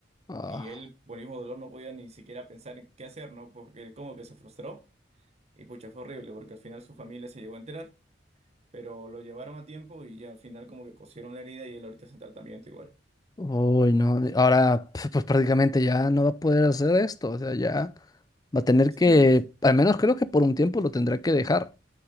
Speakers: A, on the left; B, on the right.
A: Ah.
B: y él, por el mismo dolor, no podía ni siquiera pensar en qué hacer, ¿no? Porque él como que se frustró y pucha, fue horrible porque al final su familia se llegó a enterar, pero lo llevaron a tiempo y ya al final como que cosieron la herida y él ahorita está en tratamiento igual.
A: Uy, no, ahora p- pues prácticamente ya no va a poder hacer esto, o sea, ya va a tener
B: Sí,
A: que,
B: sí,
A: al menos creo que por un tiempo lo tendrá que dejar.